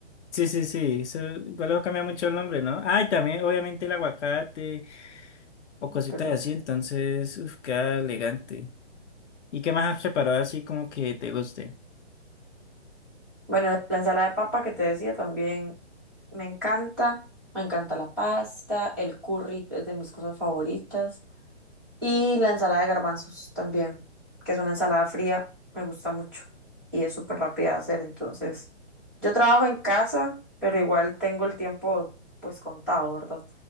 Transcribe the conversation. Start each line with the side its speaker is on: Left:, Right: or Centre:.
Left: sí, sí, sí, eso igual luego cambia mucho el nombre, ¿no? Ah, y también obviamente el aguacate o cositas
Centre: Qué rico.
Left: así, entonces uf, queda elegante. ¿Y qué más has preparado así como que te guste?
Centre: Bueno, la ensalada de papa que te decía también me encanta. Me encanta la pasta, el curry es de mis cosas favoritas. Y la ensalada de garbanzos también, que es una ensalada fría, me gusta mucho y es súper rápida de hacer. Entonces, yo trabajo en casa, pero igual tengo el tiempo pues contado, ¿verdad?